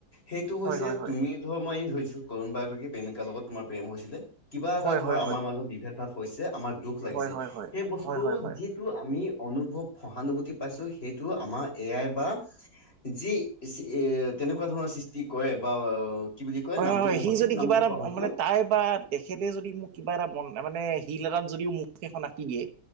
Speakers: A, on the left; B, on the right.
A: সেইটো হৈছে
B: হয় হয় হয়
A: তুমি ধৰ মই এই ধৰিছো কৰুণবা এগৰাকী প্ৰেমিকাৰ লগত তোমাৰ প্ৰেম হৈছিলে। কিবা এটা
B: হয়
A: ধৰ
B: হয় হয়
A: আমাৰ মাজত বিভেদ ভাদ হৈছে আমাৰ দুখ লাগিছে।
B: হয় হয় হয় হয়
A: সেই বস্তুটো
B: হয় হয় হয়
A: যি যিটো আমি অনুভৱ সহানুভূতি পাইছোঁ, সেইটো আমাৰ এ আই বা যি যি এ তেনেকুৱা ধৰণৰ সৃষ্টি কৰে বা কি বুলি কয়
B: হয়
A: নামটো
B: হয় হয়,
A: মই
B: সি
A: সঠিক
B: যদি
A: নামটো
B: কিবা এটা
A: পাহৰিছো
B: মানে তাই বা তেখেতে যদি মোক কিবা এটা মন মানে শিল এটাত যদিও মুখ এখন আঁকি দিয়ে।